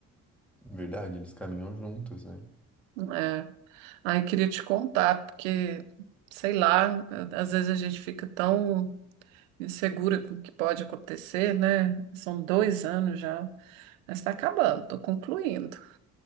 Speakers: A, in the centre; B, on the right.
A: Verdade, eles caminham juntos, né?
B: É. Aí queria te contar, porque, sei lá, às vezes a gente fica tão insegura com o que pode acontecer, né? São dois anos já, mas está acabando, estou concluindo.